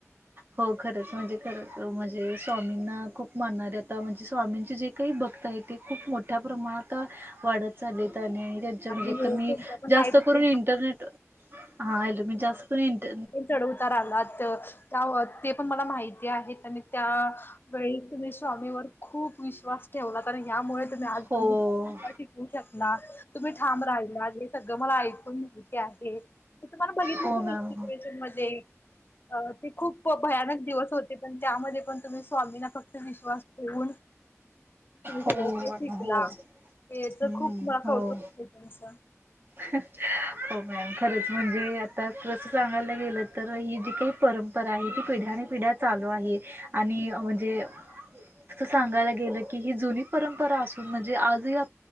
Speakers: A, on the right; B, on the left.
A: हो खरंच म्हणजे, खरंच म्हणजे, स्वामींना खूप मानणारे आता म्हणजे, स्वामींचे जे काही भक्त आहेत. ती खूप मोठ्या प्रमाणात, वाढत चाललीत आणि ते
B: आणि
A: म्हणजे
B: हो
A: आ मी
B: तुमच्या पण
A: जास्त
B: लाईफ
A: करून इंटरनेट,, हाल मी जास्त मी इंट
B: चढवत आला त्य ते पण मला माहिती आहे. तर मी त्या.. वेळी तुम्ही स्वामीवर खूप विश्वास ठेवला तर ह्यामुळे तुम्ही आजपर्यंत,,
A: हो
B: टिकवू शकला. तुम्ही ठाम राहिला, हे सगळं मला ऐकून माहिती आहे. मी तुम्हाला बघितलं
A: हो
B: होत.
A: मॅम
B: एक सिच्युएशन मध्ये, अ ते खूप भयानक दिवस होते. पण त्यामध्ये पण तुम्ही स्वामीना फक्त विश्वास, येऊन, तुम्ही सगळ
A: हो
B: काही शिकला.
A: हो
B: याच
A: हम्म
B: खूप मला कौतुक
A: हो
B: मस
A: हो मॅम, खरंच म्हणजे आता तसं सांगायला गेलं तर, ही जी काही परंपरा आहे. ती पिढ्याने पिढ्या चालू आहे. आणि म्हणजे तस सांगायला गेलं की, ही जुनी परंपरा असून म्हणजे आजही आ,